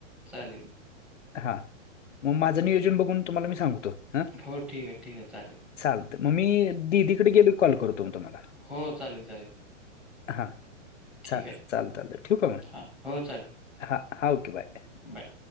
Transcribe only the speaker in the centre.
चालेल मग.
<inaudible> होछ ठीक आहे. ठीक <inaudible> चालेल
हो चालेल चालेल.
ठीक
आहे.
हां हो चालेल
बाय.